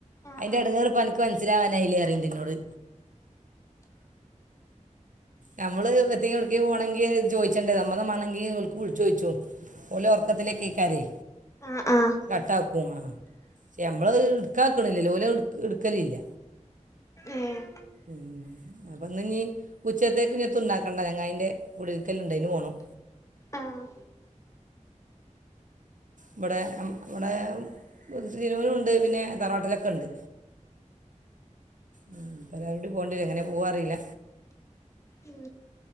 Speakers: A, on the left (about 25°); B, on the right (about 80°).
A: ആഹ്
B: അയിന്റെടങ്ങേറ്
A: ആഹ്
B: ഇപ്പനക്ക് ഇക്ക് മനസ്സിലാവാനായില്ലേ പറയ്തെന്നോട് നമ്മള് വെറുതെഎവിടെങ്കിലു പോണെങ്കില് ചോയിച്ചണ്ടേ സമ്മതമാണെങ്കി ഓൽക് വിളിച്ചോഴിച്ചോ ഓലെ ഒർക്കത്തിലേക്കേക്കാരേ
A: ഏഹ് ആഹ്
B: കട്ടാക്കും ആഹ് യാമ്മള് ഇട്ക്കാക്ക്ണില്ലല്ലോ ഓലത് എടു എടുക്കലെ ഇല്ല
A: ഏഹ്
B: മ് അപ്പൊ ഇന്ന് ഇനി ഉച്ചത്തേക്ക് ഇങ്ങൻത്തുണ്ടാ കാക്കന്റെ ചങ്ങായിന്റെ കുടിയിരിക്കൽ ഉണ്ടേനു അയിനു പൊണം
A: ആഹ്
B: ഇബടെ ആം ഇബടെ ഒരു സിംനൂനുണ്ട് പിന്നെ തറാട്ടലൊക്കെ ഉണ്ട് ഉം എല്ലാരൂടി പോണ്ടിയെരും എങ്ങനെ പോവാറീല
A: ഉം